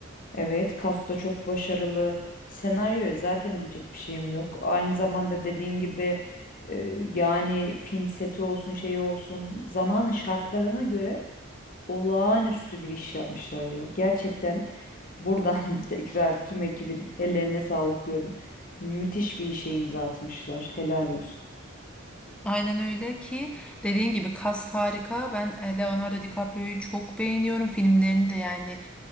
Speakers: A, on the left; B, in the centre.
A: Evet, kasta çok başarılı. Senaryoya zaten diyecek bir şeyim yok. Aynı zamanda dediğin gibi e, yani film seti olsun şey olsun zamanın şartlarına göre Olağanüstü bir iş yapmışlar ya. Gerçekten buradan <laughs> tekrar tüm ekibin ellerine sağlık diyorum. Müthiş bir işe imza atmışlar. Helal olsun.
B: Aynen öyle ki dediğin gibi kast harika. Ben e, Leonardo DiCaprio'yu çok beğeniyorum filmlerini de yani